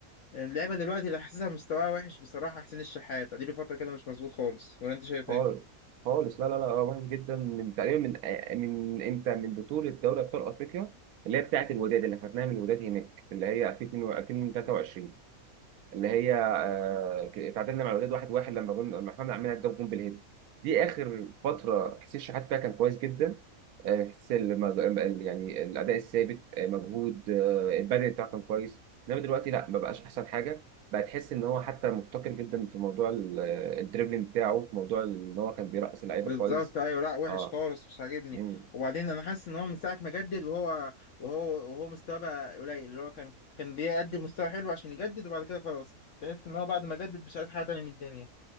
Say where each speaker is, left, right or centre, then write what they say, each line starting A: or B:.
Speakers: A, on the left; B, on the right.
A: اللعيبة دلوقتي اللي حاسسها مستواها وحش بصراحة حسين الشحات اديله فترة كده مش مظبوط خالص ولا انت شايف
B: خالص
A: ايه؟
B: خالص لا لا لا وحش جدا من تقريبا من من امتى من بطوله دوري ابطال افريقيا اللي هي بتاعت الوداد اللي خدناها من الوداد هناك اللي هي 2022 اللي هي آه، ك- اتعادلنا مع الوداد واحد واحد لما جون لما احنا عملنا الجون بالهيد دي اخر فتره حسين شحات فيها كان كويس جدا آه، حس المج- ال- يعني الاداء الثابت آه، مجهود آه، البدني بتاعه كان كويس انما دلوقتي لا ما بقاش احسن حاجه بقى تحس ان هو حتى مفتقر جدا في موضوع ال- الدريبلينج بتاعه في موضوع ان هو كان بيرقص اللعيبه
A: بالظبط
B: كويس
A: ايوه لا وحش
B: اه
A: خالص مش عاجبني
B: مم.
A: وبعدين انا حاسس ان هو من ساعة ما جدد وهو وهو وهو مستواه بقى قليل اللي هو كان كان بيقدم مستوى حلو عشان يجدد وبعد كده خلاص تحس ان هو بعد ما جدد مش عايز حاجة تانية من الدنيا